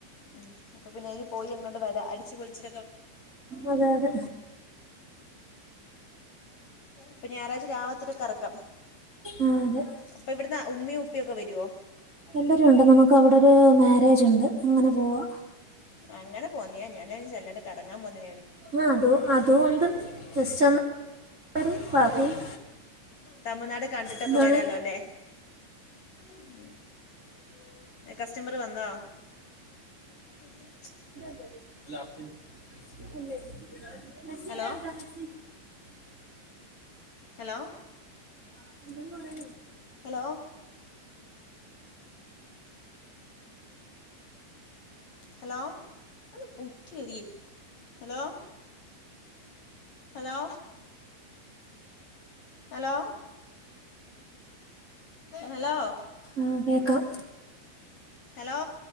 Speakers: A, on the left; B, on the right.
A: ഉം അപൊ പിന്നെ അതിന് പോയി അങ്ങോട്ട് വരാ അടിച്ച് പൊളിച്ച്
B: അതെ അതെ
A: അപ്പൊ ഞായറാഴ്ച രാവിലത്തൊട്ട് കറക്കം
B: ആ അതെ
A: അപ്പൊ ഇവിടന്ന് ഉമ്മയും ഉപ്പിയൊക്കെ വരുവോ
B: എല്ലരും ഉണ്ട് നമുക്ക് അവിടെരു മാരേജ് ഉണ്ട് അങ്ങനെ പോവാ
A: അങ്ങനെ പോന്നിയാ ഞാൻ വിജാരിച് എല്ലാരും കറങ്ങാൻ പോന്ന
B: ആഹ് അത് അതുണ്ട് ജസ്റ്റ് ഒന്ന് <unintelligible>
A: ത- തമിഴ്നാട് കണ്ടിട്ടൊക്കെ
B: എന്താണ്
A: വരാലോല്ലേ ഉം customer വന്നൊ <unintelligible>
B: <unintelligible>
A: hello hello
B: <unintelligible>
A: hello hello <unintelligible> hello hello hello hello
B: ആ കേക്കാം
A: ഹലോ